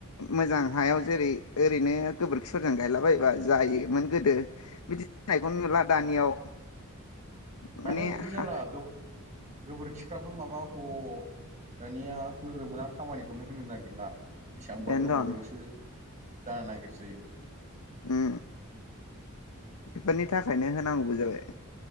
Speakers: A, on the left; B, on the right.
A: मोजां हायाव जेरै ओरैनो गोबोरखिफोरजों गायला बायोबा जायोमोन गो बि थाइगं नुला दानियाव माने
B: दानियाव बिदि जाला
A: हा
B: गो गोबोरखिफ्राबो माबा ह दानिया होग्रोना खामानिखौनो होनो नागिरला बेसेबांबा
A: बेनोथन
B: गोबावजोंसो जानो नागिरसै
A: उ बेफोरनि थाखायनो होनांगौबो जाबाय